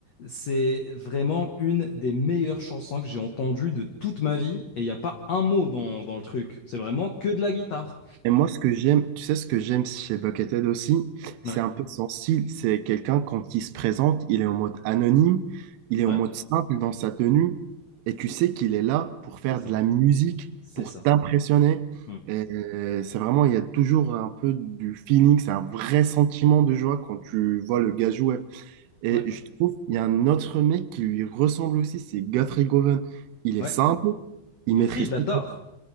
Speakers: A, on the left; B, on the right.
A: c'est vraiment une des meilleures chansons que j'ai entendues de toute ma vie, et il n'y a pas un mot dans, dans le truc. C'est vraiment que de la guitare.
B: Et moi, ce que j'aime, tu sais, ce que j'aime chez Buckethead aussi, c'est
A: Ouais,
B: un peu son style. C'est quelqu'un, quand il se présente, il est en mode anonyme, il est en
A: ouais.
B: mode simple dans sa tenue, et tu sais qu'il est là pour faire
A: C'est ça.
B: de la musique,
A: C'est
B: pour
A: ça.
B: t'impressionner.
A: Mm.
B: Et c'est vraiment, il y a toujours un peu du feeling, c'est un vrai sentiment de joie quand tu vois le gars jouer. Et
A: Ouais.
B: je trouve, il y a un autre mec qui lui ressemble aussi, c'est Guthrie Govan. Il est
A: Ouais.
B: simple, il
A: Guthrie,
B: maîtrise
A: je l'adore.
B: tout.